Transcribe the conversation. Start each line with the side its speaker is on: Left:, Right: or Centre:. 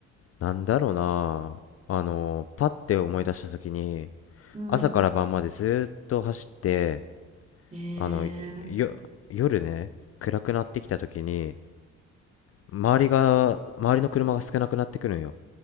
Left: なんだろうな。あの、パッて思い出した時に、
Right: うん。
Left: 朝から晩までずっと走って、
Right: え
Left: あの、
Right: え、
Left: よ、夜ね、暗くなってきた時に、周りが、周りの車が少なくなってくるんよ。